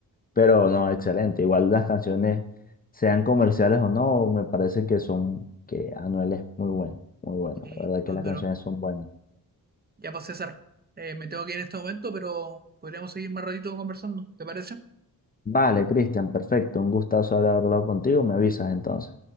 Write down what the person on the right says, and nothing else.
Sí,
no
duró.
Ya pues César, eh, me tengo que ir en este momento, pero podríamos seguir más ratito conversando, ¿te parece?